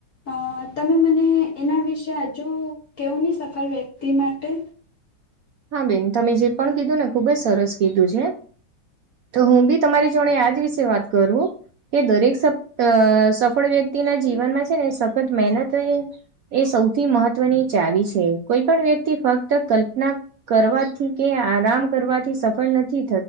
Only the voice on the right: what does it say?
હા બેન તમે જે પણ કીધું ને ખુબજ સરસ કીધું છે તો હું બી તમારી જોડે આયાજ વિશે વાત કરું એ દરેક સ સફળ વ્યક્તિના જીવનમાં છે ને સખત મહેનત એ સૌથી મહત્વની ચાવી છે કોઈ પણ વ્યક્તિ ફક્ત કલ્પના કરવાથી કે આરામ કરવાથી સફળ નથી